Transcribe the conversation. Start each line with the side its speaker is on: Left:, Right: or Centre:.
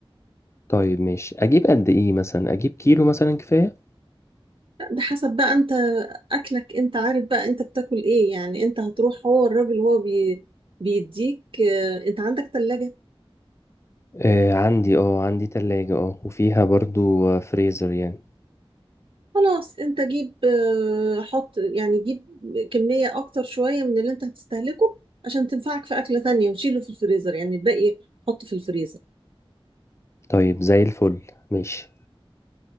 Left: طيب ماشي اجيب قد ايه مثلا اجيب كيلو مثلا كفايه
Right: لا، بحسب بقى انت اكلك انت عارف بقى انت بتاكل ايه يعني انت هتروح هو الراجل هو بي بيديك آه، انت عندك تلاجة
Left: آه عندي اه عندي تلاجة اه وفيها برضو آه، فريزر يعني
Right: خلاص انت جيب آه، حط يعني جيب كمية اكتر شوية من اللي انت هتستهلكه عشان تنفعك في اكلة تانية وشيله في الفريزر يعني الباقي حطه في الفريزر
Left: طيب زي الفل ماشي